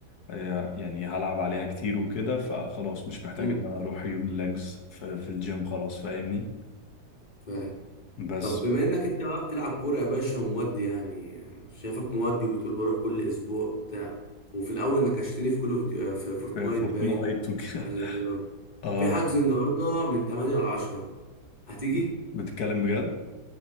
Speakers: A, on the left (about 55°); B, on the left (about 25°).
A: آه، يعني هلعب عليها كتير وكده فخلاص مش محتاج
B: امم
A: ان انا اروح يوم الليجز ف- في الجيم خلاص فاهمني
B: فاهم
A: بس
B: طب بما انك انت بقى بتلعب كوره يا باشا ومودي يعني شايفك مودي وبتقول بروح كل اسبوع وبتاع وفي الاول نكشتني في كول اوف ديو- في فورتنايت
A: في فورتنايت
B: باين
A: وكده
B: حاجه زي
A: <laughs>
B: كده
A: اه
B: في حجز النهارده من 8 ل 10 هتيجي
A: ب- بتتكلم بجد